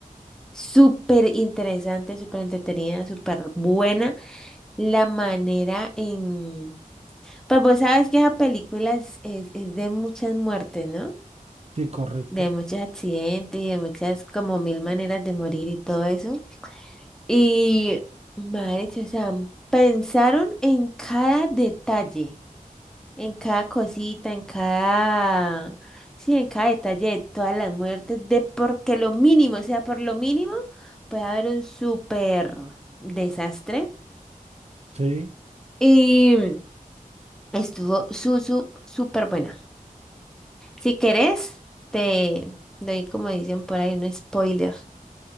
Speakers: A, in the centre; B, on the right (about 50°).
A: Súper interesante, súper entretenida, súper buena. La manera en... Pues vos sabes que esa película es, es, es de muchas muertes, ¿no?
B: Sí, correcto.
A: De muchos accidentes y de muchas, como mil maneras de morir y todo eso. Y, Marichi, o sea, pensaron en cada detalle. En cada cosita, en cada, sí, en cada detalle de todas las muertes, de porque lo mínimo, o sea, por lo mínimo, puede haber un súper desastre.
B: Sí.
A: Y mm, estuvo su, su, súper buena. Si querés, te doy, como dicen por ahí, un spoiler.